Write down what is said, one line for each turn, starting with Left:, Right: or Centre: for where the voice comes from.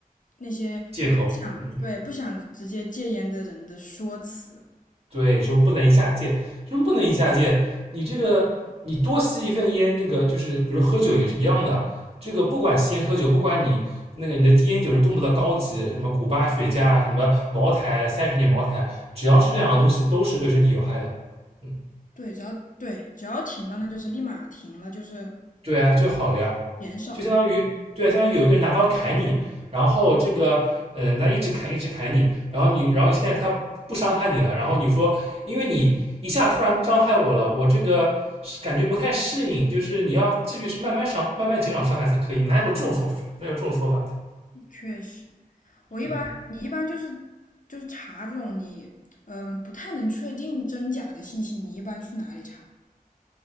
Left: 那些不想对不想直接戒烟的人的说辞。
Right: 借口，嗯，对，说不能一下戒，什么不能一下戒？你这个你多吸一份烟，那个就是比如喝酒也是一样的，这个不管吸烟喝酒，不管你那个你的烟酒是多么的高级，什么古巴雪茄啊，什么茅台，三十年茅台，只要是这两个东西，都是对身体有害的。嗯，
Left: 对，只要对只要停了，那就是立马停了，就是
Right: 对啊，就好了呀，
Left: 减少这，
Right: 就相当于对啊，相当于有一个人拿刀砍你，然后这个嗯、呃那一直砍一直砍你，然后你然后现在他不伤害你了，然后你说因为你一下突然伤害我了，我这个是感觉不太适应，就是你要继续慢慢伤慢慢减少伤害才可以，哪有这种说法，哪有这种说法的？
Left: 确实。我一般你一般就是
Right: 嗯
Left: 就是查这种你嗯不太能确定真假的信息，你一般去哪里查